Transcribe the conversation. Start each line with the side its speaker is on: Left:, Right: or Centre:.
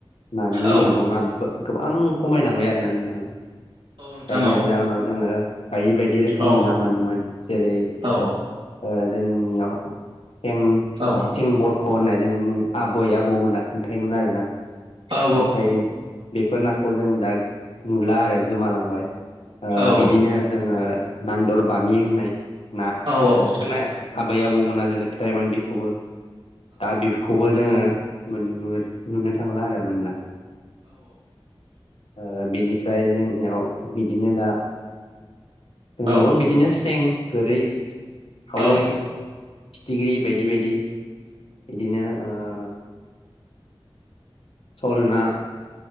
Left: नानि
Right: औ
Left: बिबाङा बा गोबां खमायलांबाय आरोना नोंथां
Right: औ नोंथां
Left: जायनो
Right: औ
Left: जहोनाव जोङो बायदि बायदि रोखोमनि
Right: औ
Left: ना मोनोमोन जेरै
Right: औ
Left: ओ जोंनियाव थें
Right: औ।
Left: सिं बरख' होननाय जोंनि आबै आबौमोना खोन्थायोमोन आरोना
Right: औ
Left: नाथाय बेफोर नाखौ जों दा नुला आरो गोमालांबाय
Right: औ
Left: बिदिनो जोङो नानदर बामि होननाय ना
Right: औ औ औ
Left: होननाय आबै आबौमोना जोंनो थायोमोन बेखौबो दा बेखौबो जोङो मोन नुनो धुनों थांला आरो मोनला। ओ बिनिफ्राय जोंनियाव बिदिनो दा जोंनियावबो
Right: औ औ
Left: बिदिनो सें, गोरै,
Right: औ
Left: खावै
Right: औ
Left: फिथिख्रि बायदि बायदि बिदिनो ओ सल ना